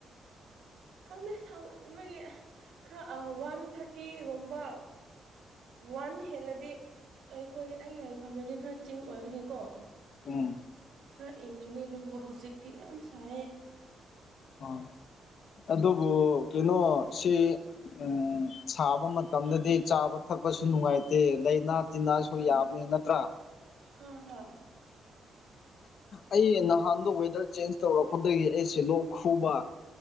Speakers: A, on the right; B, on the left.
A: ꯈꯪꯅ ꯁꯥꯡꯃꯟꯕꯒꯤ ꯈꯔ ꯋꯥꯟ ꯊꯥꯔꯇꯤꯒꯨꯝꯕ ꯋꯥꯟ ꯍꯦꯜꯂꯗꯤ ꯑꯩꯈꯣꯏ ꯑꯩ ꯂꯩꯐꯝꯅꯤꯗꯤ ꯈꯔ ꯆꯤꯡ ꯑꯣꯏꯕꯅꯦꯀꯣ
B: ꯎꯝ
A: ꯈꯔ ꯏꯪꯒꯅꯤ ꯑꯗꯨꯕꯨ ꯍꯧꯖꯤꯛꯇꯤ ꯌꯥꯝ ꯁꯥꯏꯌꯦ
B: ꯑ ꯑꯗꯨꯕꯨ ꯀꯩꯅꯣ ꯁꯤ ꯎ ꯁꯥꯕ ꯃꯇꯝꯗꯗꯤ ꯆꯥꯕ ꯊꯛ ꯅꯨꯡꯉꯥꯏꯇꯦ ꯂꯥꯏꯅꯥ ꯇꯤꯟꯅꯥꯁꯨ
A: ꯎꯝ
B: ꯌꯥꯝꯃꯦ ꯅꯠꯇ꯭ꯔꯥ
A: ꯍꯥ ꯍꯥ
B: ꯑꯩ ꯅꯍꯥꯟꯗ ꯋꯦꯗꯔ ꯆꯦꯟꯖ ꯇꯧꯔꯛꯄꯗꯒꯤ ꯑꯩꯁ ꯂꯣꯛ ꯈꯨꯨꯕ